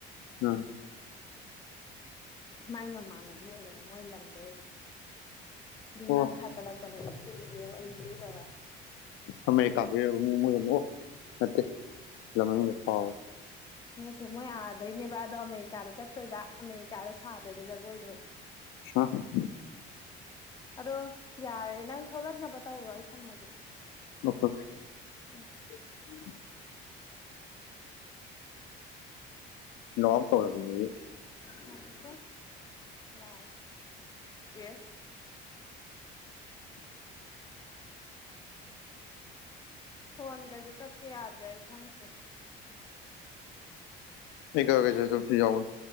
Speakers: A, on the left (about 80°); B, on the left (about 20°).
A: ꯎꯝ
B: ꯃꯥꯏ ꯃꯃꯥꯟꯅꯕꯤ ꯑꯣꯏꯕꯅꯦ ꯃꯣꯏ ꯂꯝꯗꯩ ꯑꯗꯨꯝ ꯑꯗꯨꯏ
A: ꯑꯣ
B: ꯃꯅ ꯊ ꯂꯛꯄꯅꯦꯕ ꯄꯨꯕꯤꯌꯣ ꯑꯩꯁꯨ ꯇꯧꯔꯒ
A: ꯑꯃꯦꯔꯤꯀꯥꯗꯩꯔꯕ ꯃꯣꯏ ꯌꯨꯝ ꯑꯣ ꯅꯠꯇꯦ ꯂꯝ ꯃꯃꯤꯡꯗꯣ ꯀꯥꯎꯔꯦ
B: ꯅꯠꯇꯦ ꯃꯣꯏ ꯑꯥꯗꯩꯅꯦꯕ ꯑꯗꯣ ꯑꯃꯦꯔꯤꯀꯥꯗ ꯆꯠꯇꯣꯏꯕ ꯑꯃꯦꯔꯤꯀꯥꯗ ꯁꯥꯗꯣꯏꯕ ꯖꯒꯣꯏꯗꯣ
A: <unintelligible>
B: ꯑꯗꯣ ꯌꯥꯔꯦ ꯅꯪ ꯊꯣꯛꯂꯛꯅꯕ ꯇꯧꯔꯣ ꯑꯩ ꯊꯝꯃꯒꯦ
A: ꯅꯣ <unintelligible>
B: ꯎꯝ
A: <unintelligible> ꯅꯣꯑꯥꯎꯠ ꯇꯧꯔꯒꯦ ꯑꯁꯦꯗꯤ
B: ꯉꯥꯏꯈꯣꯀꯣ ꯌꯥꯔꯦ ꯑꯦ ꯐꯣꯟꯒꯁꯦ ꯀꯛꯀꯦ ꯌꯥꯗ꯭ꯔꯦ ꯑꯩ ꯈꯪꯗ꯭ꯔꯦ
A: ꯑꯩ ꯀꯛꯑꯒꯦꯁꯦ ꯑꯗꯨꯝꯁꯤ ꯌꯥꯑꯣꯕꯅꯤ